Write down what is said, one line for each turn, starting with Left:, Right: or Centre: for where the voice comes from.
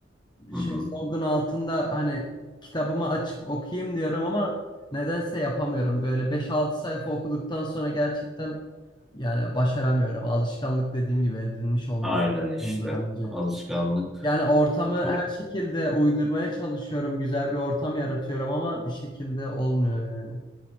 Centre: hı
Left: şezlongun
Centre: hı.
Left: altında hani kitabımı açıp okuyayım diyorum ama nedense yapamıyorum. Böyle beş altı sayfa okuduktan sonra gerçekten yani başaramıyorum. Alışkanlık dediğim gibi edinmiş olmamız
Centre: Aynen
Left: <laughs> lazımdı
Centre: işte.
Left: bence.
Centre: Alışkanlık
Left: Yani ortamı
Centre: çok
Left: her şekilde uydurmaya çalışıyorum. Güzel bir ortam yaratıyorum ama bir şekilde olmuyor yani.